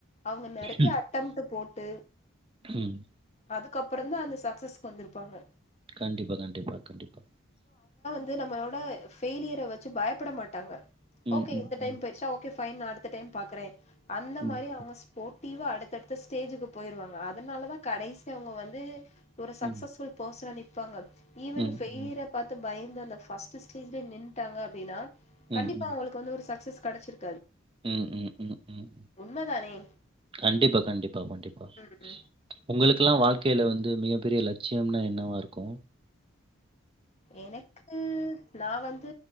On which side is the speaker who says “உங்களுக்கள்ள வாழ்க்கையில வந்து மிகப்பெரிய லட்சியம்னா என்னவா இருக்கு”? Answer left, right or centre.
Right